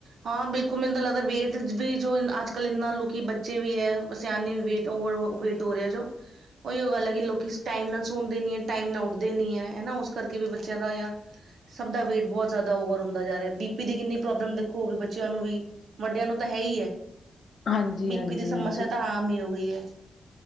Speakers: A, on the right (about 60°); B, on the left (about 55°).
A: ਹਾਂ ਬਿਲਕੁਲ ਮੈਨੂੰ ਲੱਗਦਾ ਵੇਟ ਵੀ ਜੋ ਅੱਜ ਕੱਲ ਇੰਨਾ ਲੋਕੀ ਬੱਚੇ ਵੀ ਹੈ ਸਿਆਣੇ ਵੀ ਵੇਟ ਉਵਰ ਵੇਟ ਹੋਰਿਆ ਜੋ ਉਹੀ ਗੱਲ ਲੋਕੀ ਟਾਈਮ ਨਾਲ ਸੁਣਦੇ ਨਹੀਂ ਹੈ ਟਾਈਮ ਨਾਲ ਉੱਠਦੇ ਨਹੀਂ ਹੈ ਉਸ ਕਰਕੇ ਵੀ ਬੱਚਿਆਂ ਦਾ ਸਭ ਦਾ ਵੇਟ ਬਹੁਤ ਜ਼ਿਆਦਾ ਓਵਰ ਹੁੰਦਾ ਜਾ ਰਿਹਾ ਬੀਪੀ ਦੀ ਕਿੰਨੀ ਪ੍ਰੋਬਲਮ ਦੇਖੋਗੀ ਬੱਚਿਆਂ ਨੂੰ ਵੀ ਵੱਡਿਆਂ ਨੂੰ ਤਾਂ ਹੈ ਹੀ ਹੈ।
B: ਹਾਂਜੀ
A: ਬੀਪੀ
B: ਹਾਂਜੀ
A: ਦੀ ਸਮੱਸਿਆ
B: ਹਾਂਜੀ
A: ਤਾਂ ਆਮ ਹੀ ਹੋ ਗਈ ਹੈ।